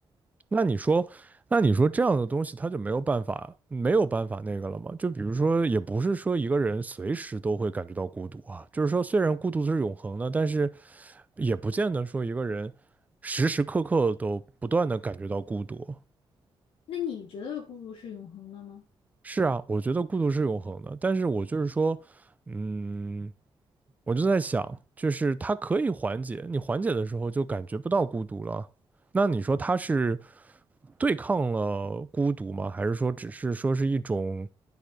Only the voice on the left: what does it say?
那你觉得孤独是永恒的吗？